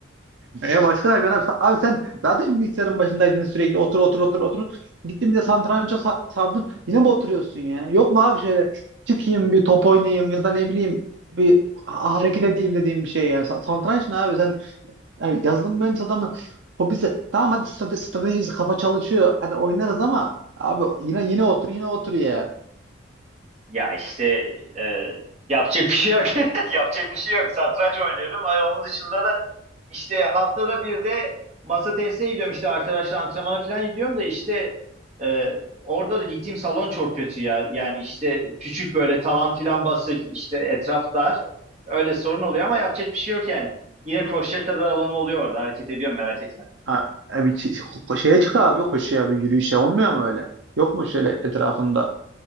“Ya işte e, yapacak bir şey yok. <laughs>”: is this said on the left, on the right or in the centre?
Right